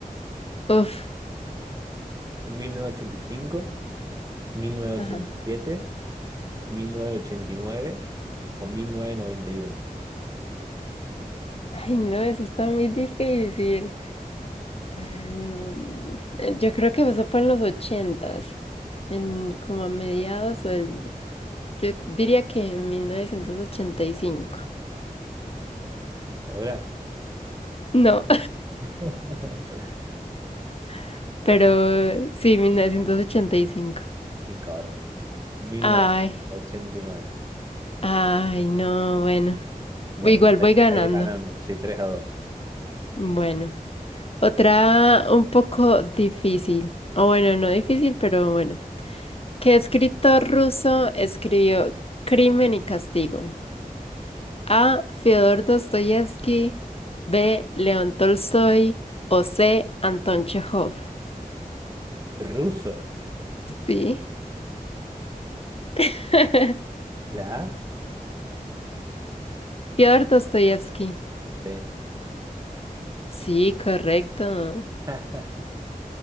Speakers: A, on the left; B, on the right.
A: Uf.
B: ¿En 1985, 1987,
A: Ajá.
B: 1989 o 1991?
A: Ay, no, eso está muy difícil. Mm, eh, yo creo que eso fue en los ochentas, en como a mediados o el, yo diría que en mil novecientos ochenta y cinco.
B: ¿Segura?
A: No,
B: <laughs>
A: <laughs>
B: Respuesta
A: pero sí, 1985.
B: incorrecta. 1989.
A: Ay, ay, no, bueno.
B: Bueno,
A: Igual
B: pues ahí,
A: voy ganando.
B: ahí ganando. Sí, tres a dos
A: Bueno, otra un poco difícil. O bueno, no difícil, pero bueno. ¿Qué escritor ruso escribió Crimen y Castigo? A. Fyodor Dostoyevsky, B. León Tolstoy o C. Anton Chekhov.
B: Ruso.
A: Sí. <laughs>
B: La A.
A: Fyodor Dostoyevsky.
B: Sí.
A: Sí, correcto.
B: <laughs>